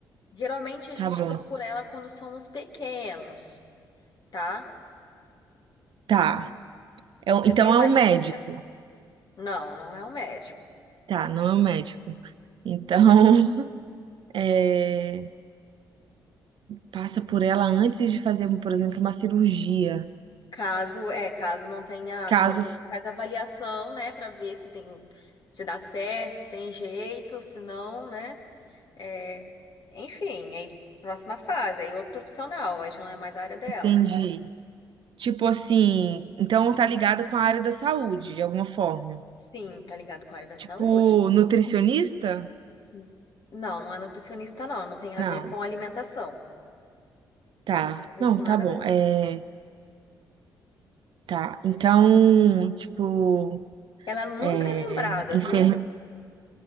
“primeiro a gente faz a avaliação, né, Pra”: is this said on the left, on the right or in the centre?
Left